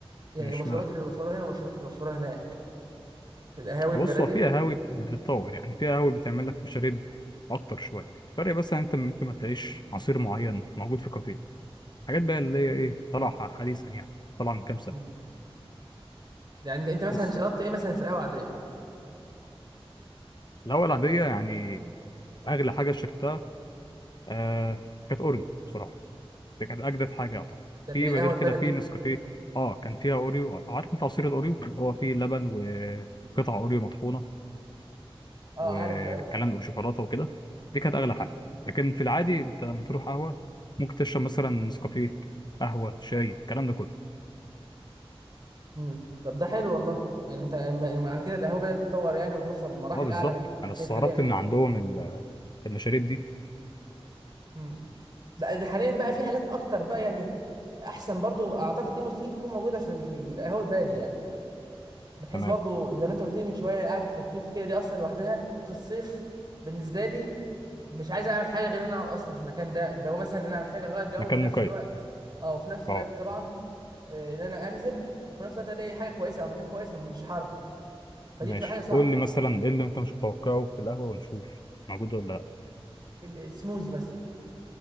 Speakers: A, on the right; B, on the left.
A: يعني
B: ماشي
A: المشروبات
B: مالها
A: اللي بيوفروها هنا والمشروبات اللي بيوفروها هناك في القهاوي البلدي
B: بص هو في
A: و...
B: قهاوي بتتطور يعني في قهاوي بتعمل لك مشاريب اكتر شويه الفرق بس ان انت ممكن ما تلاقيش عصير معين موجود في كافيه حاجات بقى اللي هي ايه طالعه حديثا يعني طالعه من كام سنه
A: مم. يعني انت أنت مثلا
B: بس
A: شربت ايه مثلا في القهوه العاديه
B: الهوا العاديه يعني اغلى حاجه شربتها آه كانت اوريو بصراحه دي كانت اجدد حاجه اعتقد
A: ده اللي
B: في
A: هي القهوه
B: غير
A: البلدي
B: كده في نسكافيه اه كان فيها اوريو عارف انت عصير الاوريو اللي هو فيه لبن وقطع اوريو مطحونه
A: اه
B: والكلام
A: عارف ده ايوه
B: ده وشوكولاته وكده دي كانت
A: امم
B: اغلى
A: عارف
B: حاجه لكن في العادي انت لما تروح قهوه ممكن تشرب مثلا نسكافيه قهوه شاي الكلام ده كله
A: امم طب ده حلو والله يعني انت ما- يعني معنى كده القهوه بدات تتطور يعني وتوصل لمراحل
B: اه بالظبط
A: اعلى من ما
B: انا
A: كانت
B: استغربت
A: عليها يعني
B: ان عندهم ال- المشاريب دي
A: امم لا دي حاليا بقى في حاجات اكتر بقى يعني احسن برضو اعتقد دي مستحيل تكون موجوده في القهوه البلدي يعني من حيث
B: تمام
A: برضو زي ما انت قلت لي من شويه قعده التكييف كده دي اصلا لوحدها في الصيف بالنسبه لي مش عايز اعمل حاجه غير ان انا اقعد اصلا في المكان ده لو مثلا انا محتاج اغير جو
B: مكان
A: وفي نفس
B: مكيف
A: الوقت اه وفي نفس الوقت
B: اه
A: طبعا آه، ان انا انزل وفي نفس الوقت الاقي حاجه كويسه او مكان كويس مش حر فدي
B: ماشي
A: بتبقى حاجه صعبه
B: قول لي مثلا ايه اللي انت مش متوقعه في القهوه ونشوف موجود ولا لا
A: ال- السموزي مثلا